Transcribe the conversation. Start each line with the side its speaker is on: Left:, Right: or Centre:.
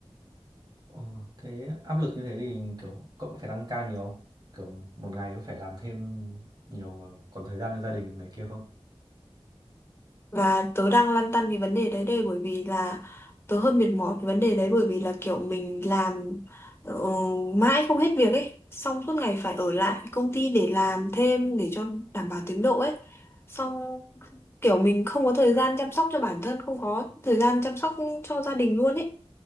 Right: Ờ, thế áp lực như thế thì kiểu cậu có phải tăng ca nhiều không? Kiểu một ngày có phải làm thêm nhiều và còn thời gian cho gia đình này kia không?
Left: Và tớ đang lăn tăn vì vấn đề đấy đây bởi vì là tớ hơi mệt mỏi vì vấn đề đấy bởi vì là kiểu mình làm ờ, mãi không hết việc ấy, xong suốt ngày phải ở lại công ty để làm thêm để cho đảm bảo tiến độ ấy. Xong kiểu mình không có thời gian chăm sóc cho bản thân, không có thời gian chăm sóc cho gia đình luôn ấy.